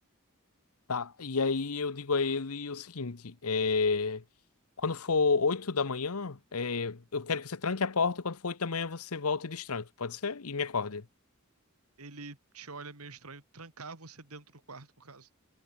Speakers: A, on the left; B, on the right.
A: Tá. E aí eu digo a ele o seguinte: é, quando for oito da manhã, é, eu quero que você tranque a porta. e Quando for oito da manhã, você volta e destranque, pode ser? E me acorde.
B: Ele te olha meio estranho, trancar você dentro do quarto, por caso.